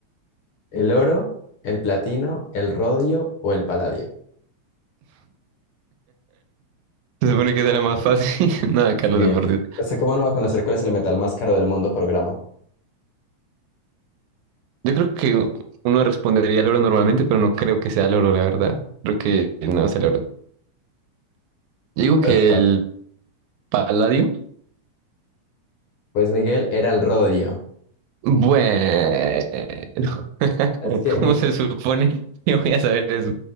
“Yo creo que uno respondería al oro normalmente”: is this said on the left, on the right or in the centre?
Right